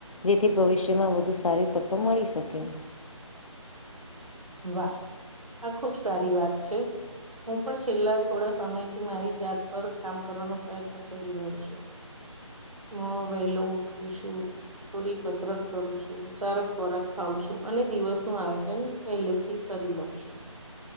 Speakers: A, on the left; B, on the right.
A: જેથી ભવિષ્ય માં વધુ સારી તકો મળી શકે.
B: વાહ! આ ખૂબ સારી વાત છે. હું પણ છેલ્લા થોડા સમયથી મારી જાત પર કામ કરવાનો પ્રયત્ન કરી રહ્યો છું. હું વેહલો ઉઠું છું. થોડી કસરત કરું છું, સારો ખોરાક ખાવં છું અને દિવસનું આયોજન પહેલેથી કરી લઉં છું.